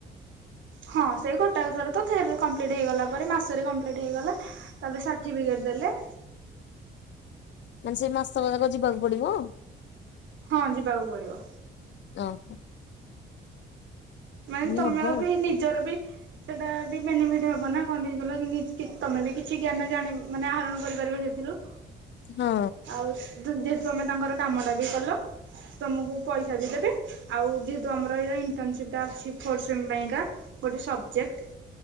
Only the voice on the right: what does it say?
ହଁ ସେଇ କଟାକ ଥରେ ତଲେ କମ୍ପ୍ଲିଟ ହେଇଗଲା ପରେ ମାସରେ କମ୍ପ୍ଲିଟ ହେଇଗଲା। ତାପରେ ସାର୍ଟିଫିକେଟ ଦେଲେ
ହଁ ଯିବାକୁ ପଡିବ।
ମାନେ ତମ
ଆଉ ବି ନିଜର ବି ସେଇଟା ବି ବେନିଫିଟ୍ ହବ ନା କଣ ନେଇଗଲା କି କି ସିଷ୍ଟମେଟିକ୍ କିଛି ଜ୍ଞାନ ଜାଣି ମାନେ ଆହରଣ କରିପାରିବ ସେଥିରୁ।
ଆଉ ଯେହେତୁ ତମେ ତାଙ୍କର କାମ ଟା ବି କଲ। ତମକୁ ପଇସା ବି ଦେବେ ଆଉ ଯେହେତୁ ଆମର ଏ ଇଣ୍ଟର୍ନସିପ। ତା ସିଫୋର୍ ଶେମ୍ ପାଇଁକା ଗୋଟେ ସବଜେକ୍ଟ।